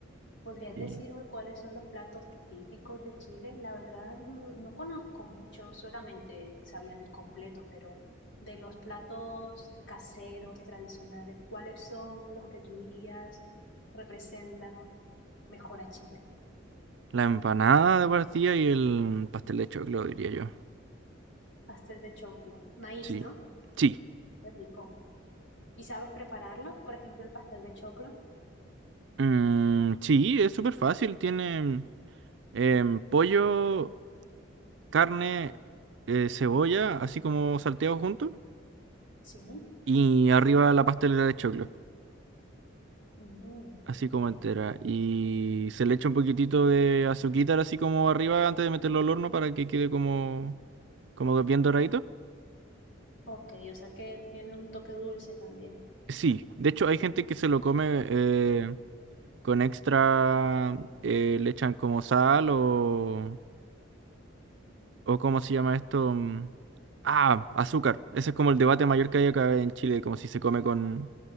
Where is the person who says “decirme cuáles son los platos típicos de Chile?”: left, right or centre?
Left